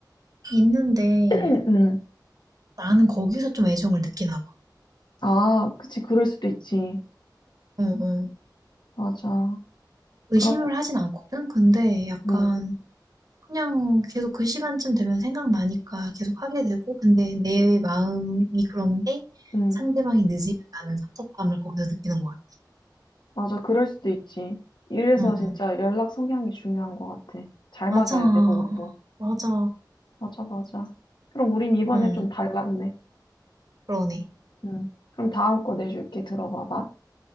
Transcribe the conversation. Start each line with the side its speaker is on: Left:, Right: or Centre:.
Right: 있는데,
Left: <clears throat> 응, 응.
Right: 나는 거기서 좀 애정을 느끼나 봐.
Left: 아, 그치. 그럴 수도 있지.
Right: 응, 응.
Left: 맞아.
Right: 의심을
Left: 그러면,
Right: 하진 않거든? 근데 약간
Left: 응,
Right: 그냥 계속 그 시간쯤 되면 생각나니까 계속 하게 되고, 근데 내 마음이 그런데
Left: 응.
Right: 상대방이 늦으면 나는 섭섭함을 거기서 느끼는 거야.
Left: 맞아. 그럴 수도 있지. 이래서
Right: 응,
Left: 진짜 연락 성향이 중요한 것 같아. 잘
Right: 맞아.
Left: 맞아야 돼, 그것도.
Right: 맞아.
Left: 맞아, 맞아. 그럼 우린 이번에
Right: 응,
Left: 좀 달랐네.
Right: 그러네.
Left: 음. 그럼 다음 거 내줄게. 들어봐봐.